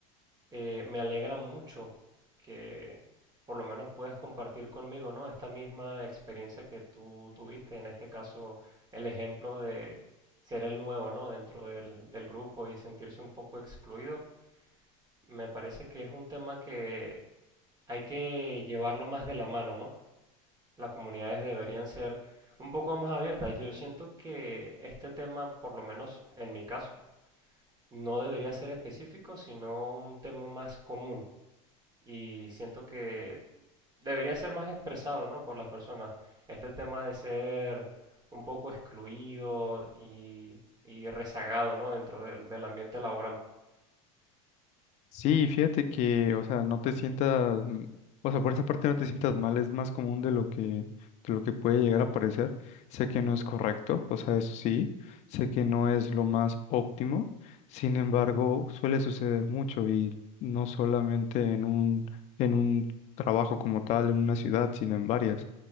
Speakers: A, on the right; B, on the left.
A: Eh, me alegra mucho que por lo menos puedas compartir conmigo, ¿no? Esta misma experiencia que tú tuviste, en este caso el ejemplo de ser el nuevo, ¿no? Dentro del, del grupo y sentirse un poco excluido. Me parece que es un tema que hay que llevarlo más de la mano, ¿no? las comunidades deberían ser un poco más abiertas. Yo siento que este tema, por lo menos en mi caso, no debería ser específico, sino un tema más común. Y siento que debería ser más expresado, ¿no? por las personas. Este tema de ser un poco excluido y, y rezagado, ¿no? dentro del, del ambiente laboral.
B: Sí, fíjate que, o sea, no te sientas, mm, o sea, por esa parte no te sientas mal, es más común de lo que, de lo que puede llegar a parecer. Sé que no es correcto, o sea, eso sí, sé que no es lo más óptimo, sin embargo, suele suceder mucho y no solamente en un, en un trabajo como tal, en una ciudad, sino en varias.